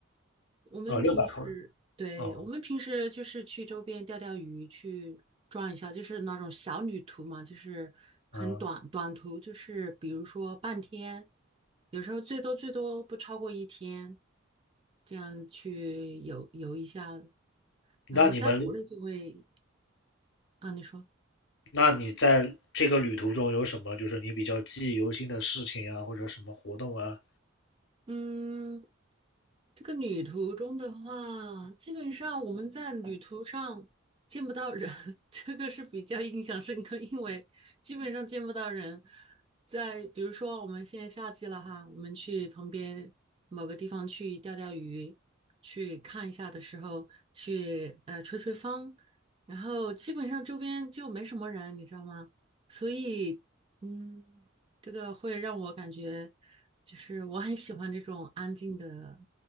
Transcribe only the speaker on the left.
呃六百口人。
哦，
嗯，
那你们，
那你在这个旅途中有什么就是你比较记忆犹新的事情啊，或者什么活动啊？